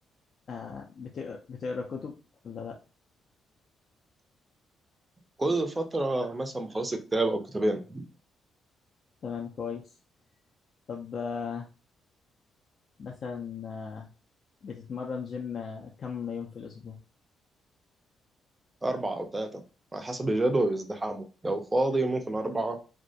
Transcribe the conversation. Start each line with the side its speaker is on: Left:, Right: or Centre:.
Left: آه، بتقرا بتقرا كتب ولا لا
Right: كل فترة مثلا بخلص كتاب أو كتابين
Left: تمام كويس طب آه، مثلا آه، بتتمرن جيم آه، كم يوم في الاسبوع
Right: أربعة أو ثلاثة على حسب الجدول وازدحامه لو فاضي ممكن أربعة